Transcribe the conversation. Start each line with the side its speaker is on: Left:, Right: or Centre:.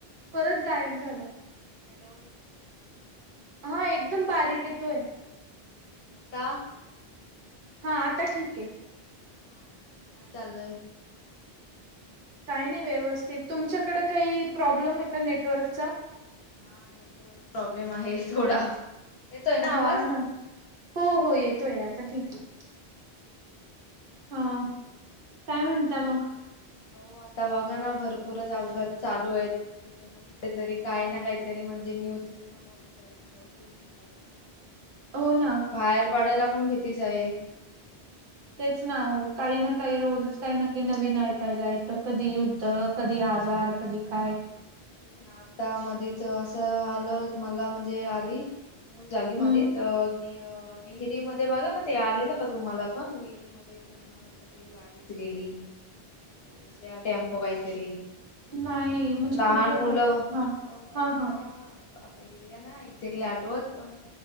Right: परत गायब झाला.
Left: हॅलो.
Right: हा एकदम बारीक येतोय.
Left: आता
Right: हा आता ठीक आहे.
Left: हा काय चाललंय?
Right: काही नाही व्यवस्थित, तुमच्याकडं काही प्रॉब्लेम आहे का नेटवर्कचा?
Left: हा नेटवर्क प्रॉब्लेम आहे थोडा. येतोय
Right: हा,
Left: आवाज
Right: ना. हो... हो.. येतोय आता
Left: हा
Right: ठीक आहे. हा काय म्हणता मग.?
Left: हो आता बघा ना भरपूरच अपघात चालू आहेत. कुठेना-कुठे तरी, काय ना-काहीतरी म्हणजे न्यूज हे समजतयं. भरपूर ठिकाणी
Right: हो ना
Left: म्हणजे बाहेर पडायला पण भीतीच आहे.
Right: तेच ना, काही ना काही रोजच काही ना काही नवीन ऐकायला येतं. कधी युद्ध कधी आजार, कधी काय.
Left: तेच ना आता मध्येच असं आलं, मला म्हणजे आली. न्यू जालीमध्ये
Right: हम्म
Left: तर ते विहिरी मध्ये बघा ना, ते आलेलं का तुम्हांला पण विहिरीमध्ये पूर्ण अं सगळी गाडीच गेली, बस या टेम्पो कायतरी.
Right: नाही म्हणजे.
Left: लहान
Right: कुठे
Left: मुलं
Right: झालं?
Left: अन्.
Right: हां. हां, हां.
Left: त्या आता एरिया नाय एक्झॅक्टली आठवत पण